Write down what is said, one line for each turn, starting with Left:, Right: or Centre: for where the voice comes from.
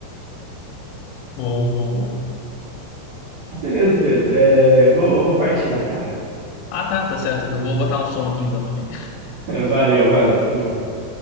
Left: Bom, bom, bom.
Right: Beleza, Pedro. É, eu vou, eu vou partir lá, cara.
Left: Ah, tá, tá certo. Eu vou botar um som aqui então também.
Right: <laughs> Valeu, mano. Tudo de bom.